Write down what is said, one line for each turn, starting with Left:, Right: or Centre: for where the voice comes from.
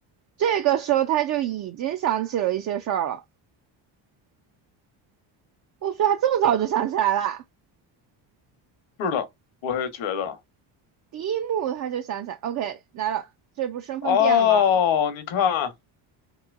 Right: 这个时候他就已经想起了一些事儿了。我说他这么早就想起来啦，
Left: 是的，我也觉得。
Right: 第一幕他就想起来，OK，来了，这不身份变了吗？
Left: 哦，你看，